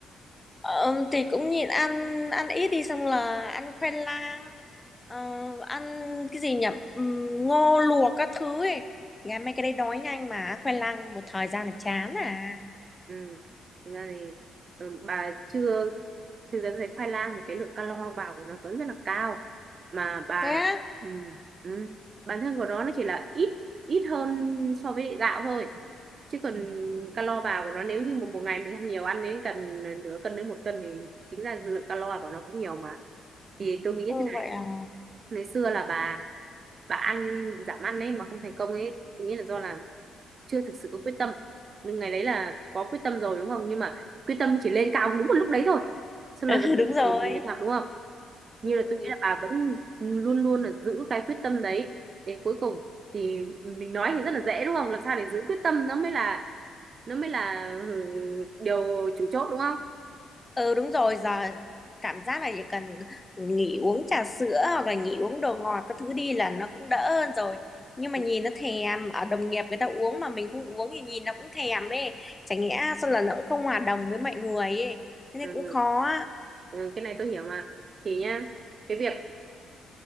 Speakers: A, on the left; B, on the right.
A: Ờ, thì cũng nhịn ăn ăn ít đi xong là ăn khoai lang ờ, ăn cái gì nhỉ Ừm, ngô luộc các thứ ấy thì ăn mấy cái đấy đói nhanh mà khoai lang một thời gian là chán à
B: Ừ. Thực ra thì ừ, bà chưa thực ra thấy khoai lang thì cái lượng calo vào của nó vẫn rất là cao mà bà
A: thế á
B: ừ, ừ, bản thân của nó nó chỉ là ít ít hơn so với gạo thôi chứ còn calo vào của nó nếu như một, một ngày mình ăn nhiều ăn đến cần nửa cân đến một cân thì tính ra lượng calo của nó cũng nhiều mà thì tôi nghĩ
A: ừ
B: thế
A: vậy à
B: ngày xưa là bà bà ăn giảm ăn ấy mà không thành công ấy nghĩa là do là chưa thực sự có quyết tâm nhưng ngày đấy là có quyết tâm rồi đúng không nhưng mà quyết tâm chỉ lên cao đúng một lúc đấy thôi xong
A: <laughs>
B: là dần dần
A: đúng rồi
B: dần dần thì sao đúng không như
A: ừ.
B: là tôi nghĩ là bà vẫn luôn luôn là giữ cái quyết tâm đấy đến cuối cùng thì mình nói thì rất là dễ đúng không làm sao để giữ quyết tâm nó mới là nó mới là ừ, điều chủ chốt đúng không
A: Ừ đúng rồi giờ cảm giác là chỉ cần nghỉ uống trà sữa hoặc là nghỉ uống đồ ngọt các thứ đi là nó cũng đỡ hơn rồi nhưng mà
B: ừ.
A: nhìn nó thèm ở đồng nghiệp người ta uống mà mình không uống thì nhìn nó cũng thèm ấy chả nhẽ sao là nó cũng không hòa đồng với mọi người ấy thế
B: ừ.
A: nên cũng
B: Ừ,
A: khó á
B: Ừ, cái này tôi hiểu mà thì nhá cái việc